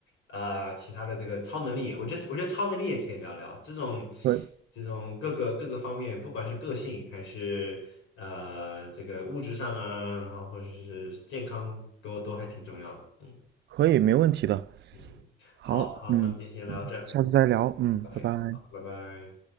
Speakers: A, on the left; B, on the right.
A: 啊、其他的这个超能力，我觉得我觉得超能力也可以聊聊，这种
B: 可
A: 这种各个各个方面，不管是个性还是呃这个物质上啊，然后或者是健康都都还挺重要的嗯
B: 可以，没问题的。
A: 嗯，
B: 好，
A: 好好，
B: 嗯，
A: 那我们就先聊到这儿
B: 下次再聊，嗯，
A: ，OK，
B: 拜拜。
A: 好，拜拜。